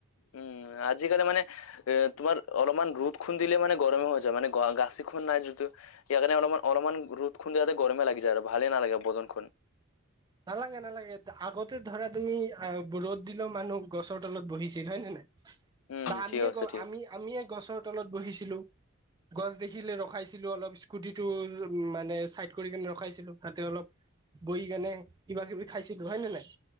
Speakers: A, on the left; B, on the right.
A: উম, আজিকালি মানে এ তোমাৰ অলপমান ৰ'দ খন দিলে মানে গৰমে হৈ যায়, মানে <unintelligible> নাই যদিও <unintelligible> কাৰণে অলমান অলমান ৰ'দ <unintelligible> গৰমে লাগি যায়, আৰু ভালে নালাগে বদনখন।
B: নালাগে, নালাগে আগতে ধৰা তুমি আহ ৰ'দ দিলেও মানুহ গছৰ তলত বহিছিল হয় নে নাই।
A: উম
B: বা আমিয়ে
A: ঠিক আছে
B: গ
A: ঠিক
B: আমি-আমিয়ে গছৰ তলত বহিছিলো। গছ দেখিলে ৰখাইছিলো অলপ, স্কুটিটো মানে চাইড কৰি কিনে ৰখাইছিলো তাতে অলপ বহ কেনে কিবা-কিবি খাইছিলো হয় নে নাই?